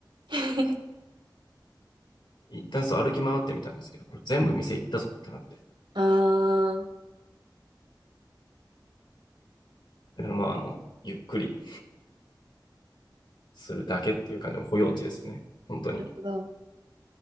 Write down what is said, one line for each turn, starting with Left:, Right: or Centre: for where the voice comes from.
Right: <laughs>
Left: 一旦そう歩き回ってみたんですけど、これ全部店行ったぞってなっ
Right: ああ。
Left: だからまあ、あの、ゆっくりするだけっていう感じの保養地ですね。本当に。
Right: なるほど。